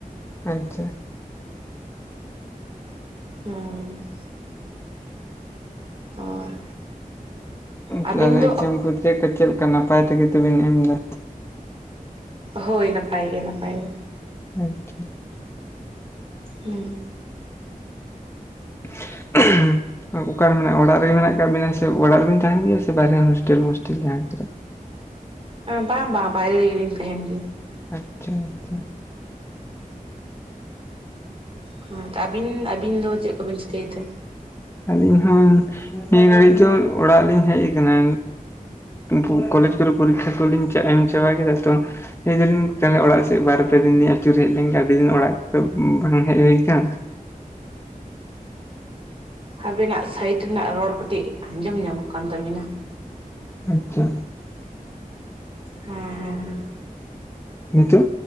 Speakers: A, on the left; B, on the right.
A: ᱟᱪᱪᱷᱟ
B: ᱦᱮᱸ ᱦᱳᱭ ᱟᱹᱵᱤᱱ
A: ᱛᱟᱦᱚᱞᱮ
B: ᱫᱚ
A: ᱮᱠᱡᱟᱢ ᱠᱚ ᱪᱮᱜᱠᱟ ᱪᱮᱜᱠᱟ ᱞᱮᱠᱟ ᱱᱟᱯᱟᱭ ᱛᱮᱜᱮ ᱛᱮᱵᱮᱱ ᱮᱢᱫᱟ
B: ᱦᱳᱭ ᱱᱟᱯᱟᱭ ᱜᱮ ᱱᱟᱯᱟᱭ ᱜᱮ
A: ᱟᱪᱪᱷᱟ
B: ᱦᱩᱸ
A: <unintelligible> ᱚᱠᱟᱨᱮ ᱢᱮᱱᱟᱜ ᱚᱲᱟᱜ ᱨᱮᱜᱮ ᱢᱮᱱᱟᱜ ᱟᱠᱟᱜ ᱵᱤᱱᱟ ᱥᱮ ᱚᱲᱟᱜ ᱨᱮᱵᱤᱱ ᱛᱟᱦᱮᱱ ᱜᱮᱭᱟ ᱥᱮ ᱵᱟᱨᱦᱮ ᱦᱳᱥᱴᱮᱞ ᱢᱚᱥᱴᱮᱞ ᱡᱟᱦᱟᱸ ᱠᱚᱨᱮ
B: ᱵᱟᱝ ᱵᱟᱝ ᱵᱟᱭᱨᱮ ᱨᱮᱜᱮᱞᱤᱧ ᱛᱟᱦᱮᱱ ᱜᱮᱭᱟ᱾
A: ᱟᱪᱪᱷᱟ ᱟᱪᱪᱷᱟ
B: ᱦᱚᱸ ᱛᱚ ᱟᱹᱵᱤᱱ ᱟᱹᱵᱤᱱ ᱫᱚ ᱪᱮᱜ ᱠᱚᱵᱤᱱ ᱪᱤᱠᱟᱹᱭ ᱛᱮ
A: ᱟᱹᱞᱤᱧ ᱦᱚᱸ ᱱᱤᱭᱟᱹ ᱜᱷᱟᱹᱲᱤᱡ ᱫᱚ ᱚᱲᱟᱜ ᱞᱤᱧ ᱦᱮᱡ ᱠᱟᱱᱟ ᱯᱩ ᱠᱚᱞᱮᱡᱽ ᱠᱚᱨᱮ ᱯᱚᱨᱤᱠᱠᱷᱟ ᱠᱚᱞᱤᱧ ᱪᱟᱜ ᱮᱢ ᱪᱟᱵᱟ ᱠᱮᱫᱟ ᱛᱚ ᱞᱮᱭ ᱫᱟᱞᱤᱧ ᱛᱟᱦᱚᱞᱮ ᱚᱲᱟᱜ ᱥᱮᱜ ᱵᱟᱨᱯᱮ ᱫᱤᱱ ᱞᱤᱧ ᱟᱹᱪᱩᱨ ᱦᱮᱡ ᱞᱮᱝᱜᱮ ᱟᱹᱰᱤ ᱫᱤᱱ ᱚᱲᱟᱜ ᱠᱚ ᱵᱟᱝ ᱦᱮᱡ ᱦᱩᱭ ᱠᱟᱱ
B: ᱟᱵᱤᱱᱟᱜ ᱥᱟᱭᱤᱰ ᱨᱮᱱᱟᱜ ᱨᱚᱲ ᱠᱟᱹᱴᱤᱡ ᱟᱸᱡᱚᱢ ᱧᱟᱢᱚᱜ ᱠᱟᱱ ᱛᱟᱵᱤᱱᱟ
A: ᱟᱪᱪᱷᱟ
B: ᱦᱮᱸ ᱦᱮᱸ ᱦᱮᱸ
A: ᱱᱤᱛᱳᱜ